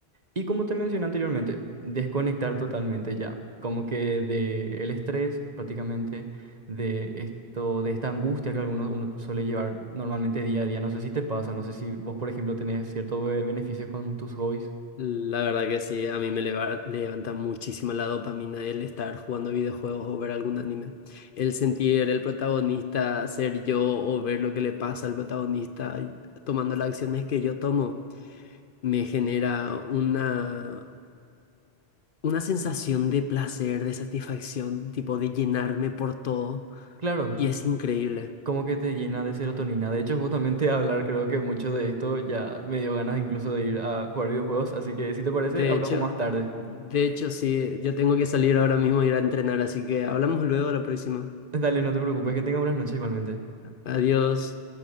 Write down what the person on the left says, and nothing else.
La verdad que sí, a mí me leva- levanta muchísima la dopamina el estar jugando videojuegos o ver algún anime. El sentir el protagonista ser yo o ver lo que le pasa al protagonista y tomando las acciones que yo tomo, me genera una, una sensación de placer, de satisfacción, tipo de llenarme por todo
y es increíble.
De
hecho,
de hecho sí, yo tengo que salir ahora mismo a ir a entrenar, así que hablamos luego la próxima.
Adiós.